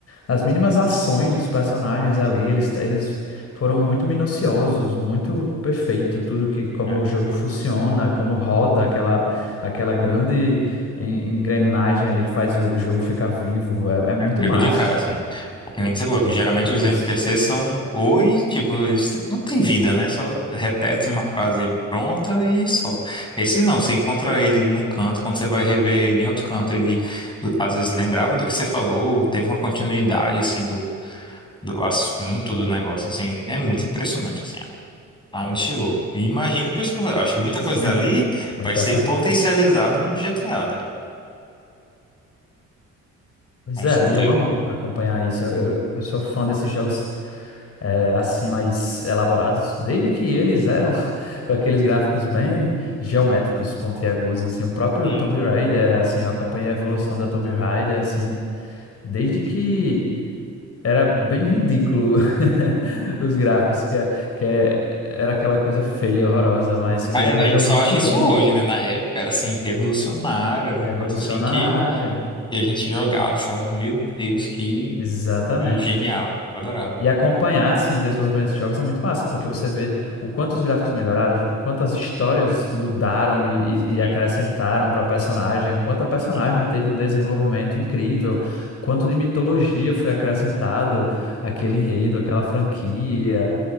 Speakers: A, on the left; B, on the left.
A: nas mínimas ações dos personagens ali, eles, eles foram muito minuciosos, muito perfeito, tudo que, como
B: É.
A: o jogo funciona, como roda aquela, aquela grande en- engrenagem ali que faz o, o jogo ficar vivo, é, é muito
B: É, Eu fico
A: massa
B: de cara, assim. Porque nem que você falou, que geralmente os NPCs
A: isso.
B: são oi, tipo, eles te- não têm vida, né? Só repete uma frase pronta e só. Esses não, você encontra ele num canto, quando você vai rever ele em outro canto, ele às vezes lembrava do que você falou, teve uma continuidade, assim, do assunto do negócio, assim, é muito impressionante, assim, a- aonde chegou. E imagina, por isso que eu acho que muita
A: Sim,
B: coisa dali
A: é muito
B: vai
A: impressionante.
B: ser potencializado no GTA, né?
A: Pois
B: Com
A: é,
B: certeza.
A: e eu amo acompanhar isso. Eu, eu, eu sou fã desses jogos é, assim mais elaborados, desde que eles eram <laughs> com aqueles gráficos bem geométricos, pontiagudos, assim, o próprio
B: Hum.
A: Tomb Raider, assim, eu acompanhei a evolução da Tomb Raider, assim, desde que era bem ridículo <laughs> os gráficos, que, é- que é- era aquela coisa feia, horrorosa, mas
B: Mas
A: que era
B: a
A: um
B: gente
A: jogo
B: só
A: muito
B: acha isso
A: bom,
B: hoje, né? Na época era assim, revolucionário, era um
A: revolucionário.
B: negócio assim que, que a gente jogava e falava, meu Deus, que
A: Exatamente.
B: genial, adorava.
A: E acompanhar, assim, o desenvolvimento desses jogos é muito massa, porque você vê o quanto os gráficos melhoraram, o quanto as histórias mudaram e, e, e
B: Uhum.
A: acrescentaram para a personagem, o quanto a personagem
B: é.
A: teve um desenvolvimento incrível, o quanto de mitologia foi acrescentado àquele enredo, àquela franquia.